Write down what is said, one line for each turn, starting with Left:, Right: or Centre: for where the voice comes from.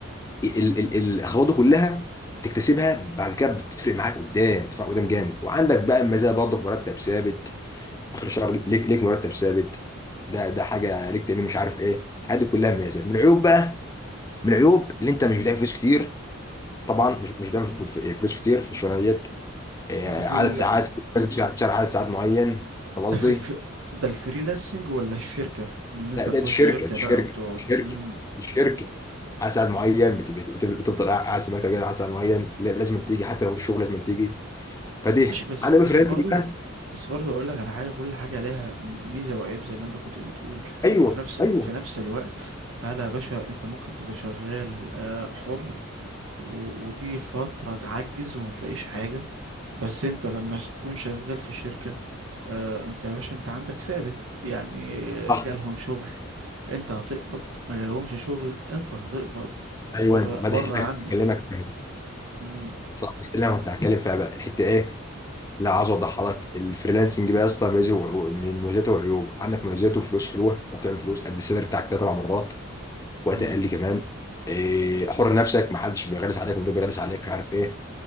Left: ال- ال- الخطوات دي كلها بتكتسبها بعد كده بتفرق معاك قدام بتفرق قدام جامد وعندك بقى المزايا برضك مرتب ثابت اخر الشهر ليك ليك مرتب ثابت ده ده حاجه ليك تامين مش عارف ايه الحاجات دي كلها مميزات من العيوب بقى من العيوب اللي انت مش بتعمل فلوس كتير طبعا مش مش بتعمل فلوس آه، فلوس كتير في الشغلانه ديت آه،
Right: ده في
Left: عدد
Right: ال...
Left: ساعات لازم تشتغل تشتغل عدد ساعات معين فاهم قصدي؟
Right: ده في الف... ده الفريلانسنج ولا الشركة ان انت
Left: لا
Right: تروح
Left: دي الشركه
Right: شركة
Left: دي
Right: بقى
Left: الشركه
Right: وتقعد
Left: دي الشركه
Right: مم.
Left: دي الشركه عدد ساعات معين بت- بت- بت- بتفضل قاعد في مكتب كده عدد ساعات معين لا، لازم تيجي حتى لو في شغل لازم تيجي فدي
Right: ماشي بس
Left: انا
Right: بس
Left: فرنسي
Right: برضو
Left: بقى
Right: بس برضو اقول لك على حاجة كل حاجة لها ميزة وعيب زي ما انت كنت بتقول
Left: ايوه
Right: وفي نفس
Left: ايوه
Right: في نفس الوقت تعالى يا باشا انت ممكن تبقى شغال آه، حر و... وتيجي فترة تعجز وما تلاقيش حاجة بس انت لما ش- تكون شغال في شركة اه انت يا باشا انت عندك ثابت يعني
Left: صح
Right: جالهم شغل انت هتقبض ما جالهمش شغل انت هتقبض
Left: ايوه
Right: بره
Left: مدح
Right: بره
Left: لك
Right: عني
Left: اكلمك فاهم.
Right: مم.
Left: صح دي اللي انا كنت هتكلم فيها بقى الحته ايه لا عايز اوضحها لك الفريلانسنج بقى يا اسطى ميزه وعيوب- من مميزاته وعيوب عندك مميزاته فلوس حلوه انت بتعمل فلوس قد السالري بتاعك ده اربع مرات وقت
Right: مم.
Left: اقل كمان إيه حر نفسك ما حدش بيغلس عليك ومدير بيغلس عليك مش عارف ايه